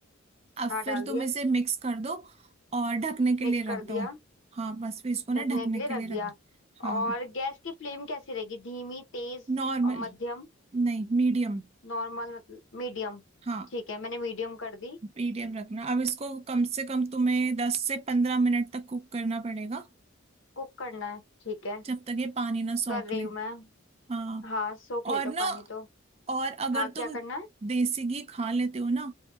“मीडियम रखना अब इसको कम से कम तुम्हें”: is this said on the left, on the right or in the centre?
Right